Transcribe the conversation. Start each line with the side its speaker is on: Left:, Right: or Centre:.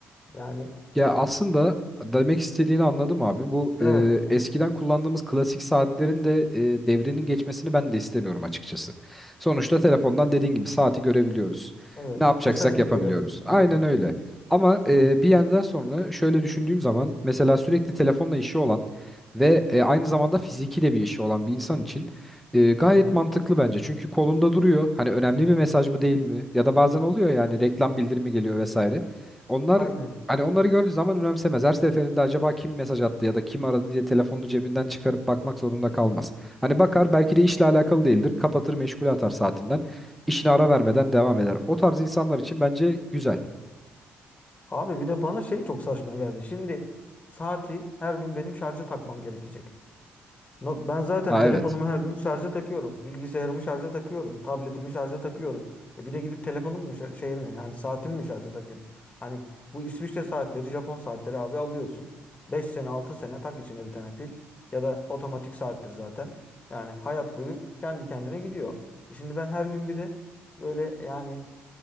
Left: Yani
Centre: Ya aslında demek istediğini anladım abi. Bu
Left: evet,
Centre: e, eskiden kullandığımız klasik saatlerin de e, devrinin geçmesini ben de istemiyorum açıkçası. Sonuçta telefondan dediğin gibi saati görebiliyoruz.
Left: evet.
Centre: Ne yapacaksak
Left: Mesajı
Centre: yapabiliyoruz.
Left: da görüyorum. Aha,
Centre: Aynen öyle. Ama
Left: Hı
Centre: e,
Left: hı.
Centre: bir yerden sonra şöyle düşündüğüm zaman mesela sürekli telefonla işi olan ve e, aynı zamanda fiziki de bir işi olan bir insan için e, gayet
Left: Hı hı.
Centre: mantıklı bence. Çünkü kolunda duruyor. Hani önemli bir mesaj mı değil mi? Ya da bazen oluyor yani
Left: Evet.
Centre: reklam bildirimi geliyor vesaire. Onlar
Left: Aynen.
Centre: Hani onları gördüğü zaman önemsemez. Her seferinde acaba kim mesaj attı ya da kim aradı diye telefonunu cebinden çıkarıp bakmak zorunda kalmaz. Hani bakar belki de işle alakalı değildir. Kapatır meşgule atar saatinden. İşine ara vermeden devam eder. O tarz insanlar için bence güzel.
Left: Abi bir de bana şey çok saçma geldi. Şimdi saati her gün benim şarja takmam gerekecek. No- Ben zaten
Centre: Ha
Left: telefonumu
Centre: evet.
Left: her gün şarja takıyorum. Bilgisayarımı şarja takıyorum. Tabletimi şarja takıyorum. E bir de gidip telefonumu mu şar- şey mi yani saatimi mi şarja takayım? Hani bu İsviçre saatleri, Japon saatleri abi alıyorsun. 5 sene 6 sene tak içine bir tane pil. Ya da otomatik saattir zaten. Yani hayat boyu kendi kendine gidiyor. E şimdi ben her gün bir de böyle yani